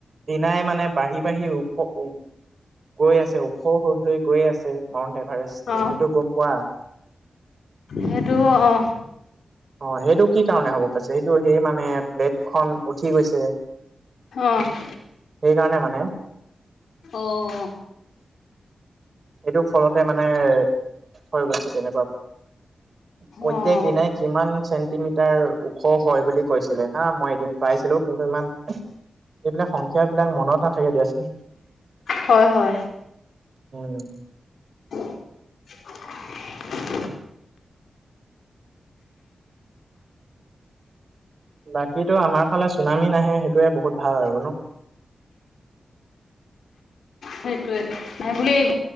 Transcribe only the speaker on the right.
দিনাই মানে বাঢ়ি, বাঢ়ি উম গৈ আছে ওখ হৈ, হৈ, গৈ আছে মাউণ্ট এভাৰেষ্ট
টো সেইটো গম পোৱা <inaudible>
অ', সেইটো কি কাৰণে হ'ব পৈছেটো টো সেই মানে প্লেট খ উঠি গৈছে
সেইকাৰণে মানে
এইটো ফলতে মানে হৈ গৈছে তেনেকুৱা প্ৰত্যেক
দিনাই কিমান চেণ্টিমিটাৰ ওখ হয় বুলি কৈছিলে হা মই এদিন পাইছিলো কিন্তু ইমান এইবিলাক সংখ্যাবিলাক মনত নাথাকে দিয়াচোন
উম
বাকীতো আমাৰ ফালে চুনামী নাহে সেইটোৱে বহুত ভাল আৰু ন